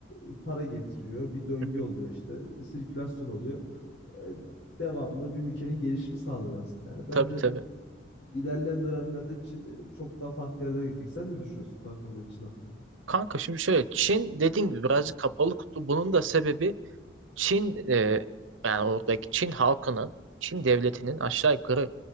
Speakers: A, on the left (about 65°); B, on the right (about 90°).
A: e, para getiriyor. Bir döngü
B: hı hı.
A: oluyor işte. e, Sirkülasyon oluyor. E, Devamlı bir ülkenin gelişimi sağlanıyor aslında. Yani bence
B: Tabii tabii.
A: ilerleyen dönemlerde Çin e, çok daha farklı yerlere gidecek. Sen ne düşünüyorsun kanka böyle Çin hakkında?
B: Kanka şimdi şöyle Çin dediğim gibi birazcık kapalı kutu. Bunun da sebebi Çin e, yani oradaki Çin halkının, Çin devletinin aşağı yukarı